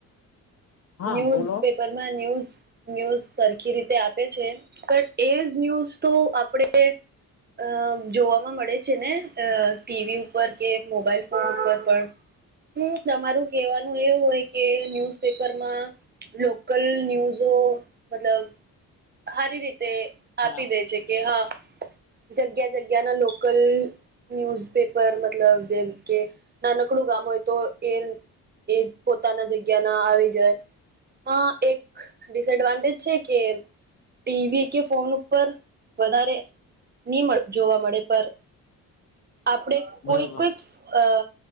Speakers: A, on the left; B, on the right.
A: હા
B: ન્યૂઝ
A: બોલો
B: પેપરમાં ન્યૂઝ. ન્યૂઝ સરખી રીતે આપે છે પણ એજ ન્યૂઝ તો આપણે અ જોવામાં મળે છે ને ટીવી ઉપર કે મોબાઈલ ફોન ઉપર પણ.
A: હ.
B: હમ
A: <inaudible>
B: તમારું કહેવાનું એ હોય કે ન્યુઝપેપર પરમાં લોકલ ન્યૂઝો મતલબ. સારી રીતે
A: બરાબર
B: આપી દે છે કે હા. જગ્યા જગ્યાના લોકલ ન્યૂઝપેપર મતલબ જે કે નાનકડું ગામ હોય તો એ એ પોતાના જગ્યા ના આવી જાય. હા એક ડિસએડવાન્ટેજ છે કે ટીવી કે ફોન ઉપર વધારે નહી જોવા મળે પર આપડે
A: બરોબર
B: કોઈક ક જ. અ